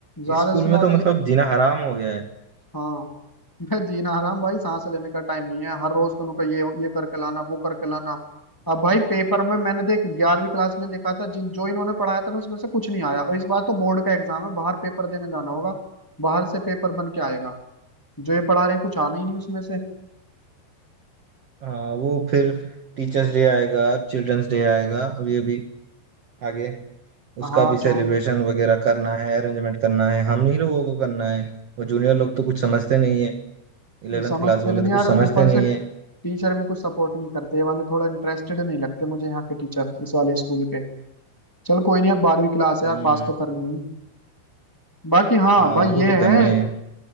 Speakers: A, in the centre; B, on the right (about 60°).
A: ज्यादा
B: इस स्कूल
A: से ज्यादा
B: में तो मतलब जीना हराम हो गया है
A: हाँ मैं जीना हराम भाई सांस लेने का टाइम नहीं है हर रोज तुमको ये ये करके लाना वो करके लाना अब भाई पेपर में मैंने देख ग्यारहवीं क्लास में देखा था जिन जो इन्होंने पढ़ाया था ना उसमें से कुछ नहीं आया और इस बार तो बोर्ड का एग्जाम है बाहर पेपर देने जाना होगा बाहर से पेपर बन के आएगा जो ये पढ़ा रहे हैं कुछ आना ही नहीं उसमें से
B: हाँ वो फिर टीचर्स डे आएगा चिल्ड्रंस डे आएगा अभी अभी आगे
A: हाँ
B: उसका भी सेलिब्रेशन
A: जो
B: वगैरह करना है अरेंजमेंट करना है हम ही लोगों को करना है वो जूनियर लोग तो कुछ समझते नहीं है इलेवेंथ
A: वो समझते
B: क्लास वाले
A: भी नहीं
B: तो
A: यार
B: कुछ समझते
A: ऊपर
B: नहीं
A: से
B: है
A: टीचर भी कुछ सपोर्ट नहीं करते ये वाले थोड़ा इंटरेस्टेड नहीं लगते मुझे यहाँ के टीचर इस वाले स्कूल के चल कोई नहीं अब बारहवीं क्लास है
B: हम्म
A: यार पास तो करनी नहीं बाकी हाँ
B: हाँ
A: भाई
B: वो
A: ये
B: तो करना
A: है
B: ही है